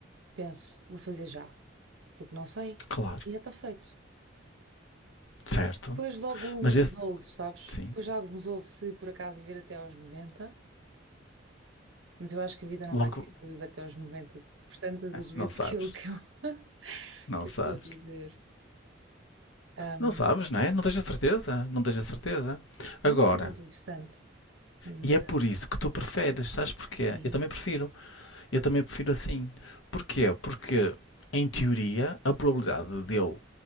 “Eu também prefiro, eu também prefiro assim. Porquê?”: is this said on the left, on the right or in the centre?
Left